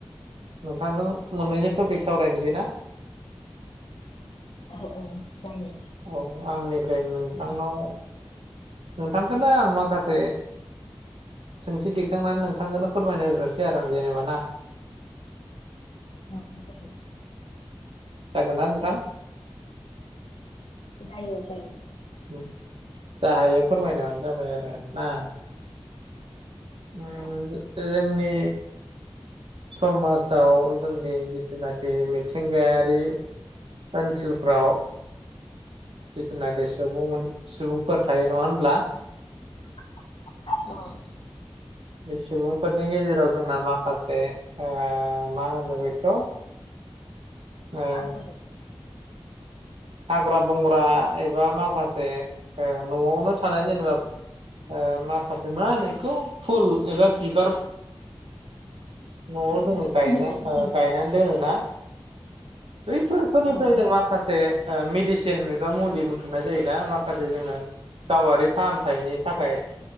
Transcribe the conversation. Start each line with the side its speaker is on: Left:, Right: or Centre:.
Right: नोंथांजों मोननैसो टपिक सावरायनोसै ना।
Left: अ औ जायो।
Right: औ आंनिफ्राय नोंथांनाव
Left: औ
Right: नोंथांखोनो आं माखासे सोंथि दिखांनानै नोंथांखोनो फोरमायनोहोग्रोनोसै आं जेनेबा ना।
Left: औ जायो।
Right: जागोना नोंथां?
Left: जायो-जायो।
Right: उम जा हायो फोरमायनानो जाबाय आरो ना। उम
Left: औ
Right: जोंनि समाजाव जोंनि जिनाखि मिथिंगायारि ओनसोलफ्राव जिथुनाखि सुबुं सुबुंफोर थायो नङा होनब्ला?
Left: <unintelligible> उम।
Right: बे सुबुंफोरनि गेजेराव जोंना मा खासे ओ आ मा होनो बेखौ ओ
Left: मा होनो
Right: हाग्रा बंग्रा एबा माखासे ओ न'आवनो थानाय जेनेबा ओ माखासे मा होनो इखौ फुल एबा बिबार न'आव जोङो
Left: बिफां
Right: गायनो
Left: बिलाइ
Right: ओ गायनानै दोनोना बैफोर
Left: औ
Right: फोरनिफ्राइ जोंमा माखासे ओ मेडिसिन एबा मुलि बुथुमनाय जायोना माखासे जोङो। गावारि फाहामथायनि थाखाय